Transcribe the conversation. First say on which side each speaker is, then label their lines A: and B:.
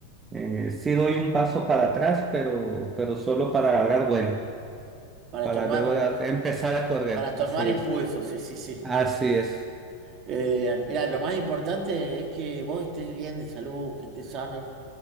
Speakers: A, on the right; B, on the right.
A: eh, sí doy un paso para atrás, pero, pero solo para agarrar vuelo,
B: para
A: para
B: tomar,
A: luego dar- empezar a correr.
B: para tomar
A: Así
B: impulso,
A: es.
B: sí, sí, sí.
A: Así
B: <laughs>
A: es.
B: Eh, mirá, lo más importante es que vos estés bien de salud, que estés sano.